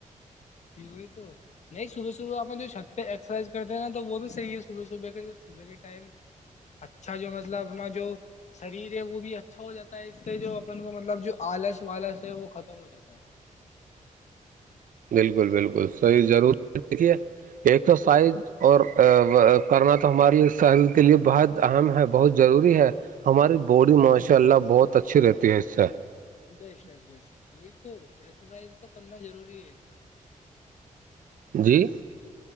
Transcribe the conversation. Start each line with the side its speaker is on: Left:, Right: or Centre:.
Left: کی وہئی تو نہیں صبح صبح اپ جو چھت پہ ایکسرسائز کرتے ہیں ن تو وہ بھی صحیح ہے صبح صبح کے صبح کے ٹائم اچھا جو مطلب اپنا جو شریر ہے وہ بھی اچھا ہو جاتا ہے اس سے جو اپن کو مطلب جو آلس والالس ہے وہ ختم ہو جاتا ہے
Right: بالکل بالکل صحیح ضرور دیکھیے ایک سو سائز اور کرنا تو ہمارے لیے شہریر کے لیے بہت اہم ہے بہت ضروری ہے ہماری باڈی ماشاء
Left: جی
Right: اللہ بہت اچھی رہتی ہے اس سے
Left: ب شاک ب شک وہی تو ایکسرسائز تو کرنا ضروری ہے
Right: جی